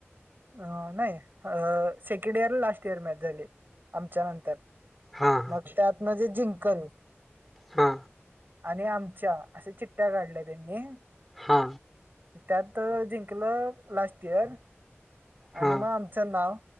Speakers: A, on the right; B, in the centre.
A: अ नाही अ second year last, year match झाली आमच्या नंतर.
B: हा
A: मगं त्यात म्हणजे जिंकल. -
B: हा.
A: आणि आमच्या असे चिट्ट्या काढल्या त्यांनी. -
B: हा.
A: त्यात जिंकलं लास्ट इयर आणि
B: हा
A: मगं आमचं नाव.